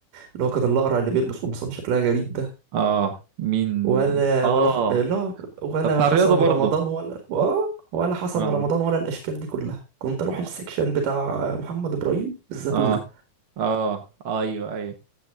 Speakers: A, on the right; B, on the right.
A: اللي هو كان الاقرع اللي بيلبس قمصان شكلها غريب ده
B: اه مين
A: ولا
B: اه
A: ولا ح- لا ولا
B: ده بتاع
A: حسن
B: الرياضة برضه
A: رمضان ولا آه، ولا حسن
B: اه
A: رمضان ولا الاشكال دي كلها كنت اروح
B: اه
A: السكشن بتاع محمد ابراهيم الزتونه
B: اه اه ايوه ايوه